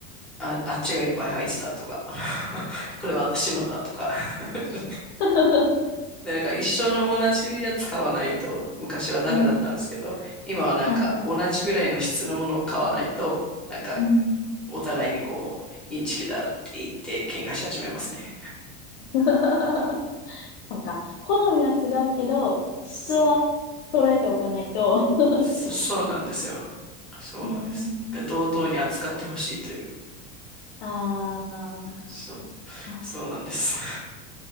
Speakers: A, in the centre; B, on the left.
A: あ、あっちがいっぱい入ってたとか、<laughs> これは私のだとか <laughs>
B: <laughs>
A: で、なんか一緒の同じやつ買わないと、昔はダメだったんですけど、
B: うん。
A: 今はなんか同じぐらいの質のものを買わないと、
B: はい。
A: なんか
B: うん。
A: お互いにこう、インチキだって言って喧嘩し始めますね。
B: <laughs> そうか。好みは違うけど、質は揃えておかないと
A: そう。
B: <laughs>
A: そ、そうなんですよ。そうなんです。
B: なるほどね。
A: だから同等に扱ってほしいという。
B: あーあ
A: そう。
B: ー。
A: そうなんです。